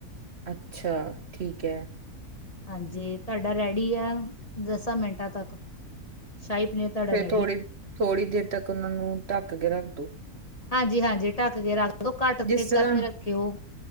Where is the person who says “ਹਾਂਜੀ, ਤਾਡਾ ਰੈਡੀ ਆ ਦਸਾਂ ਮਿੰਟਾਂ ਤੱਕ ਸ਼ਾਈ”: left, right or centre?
Left